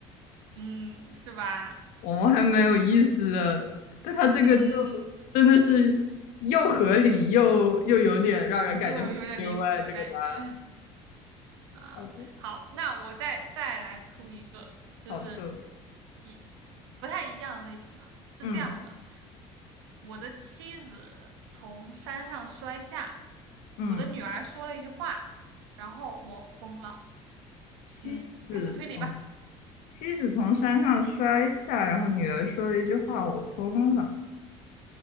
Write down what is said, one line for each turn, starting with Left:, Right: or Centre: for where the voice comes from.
Right: 嗯，是吧？
Left: 哦，还蛮有意思的。但他这个就
Right: 嗯，
Left: 真的是又合理又又有点让人感觉很意外，
Right: 又有有点离谱的感觉。
Left: 这个答案。
Right: 啊，
Left: 哦，
Right: 好，那我再再来出一个，就是
Left: 好的，
Right: 一不太一样的类型啊，是这样的，
Left: 嗯
Right: 我的妻子从山上摔下，
Left: 嗯，
Right: 我的女儿说了一句话，然后我疯了。
Left: 妻子从
Right: 嗯，开始推理吧。
Left: 妻子从山上摔下，然后女儿说了一句话，我疯了。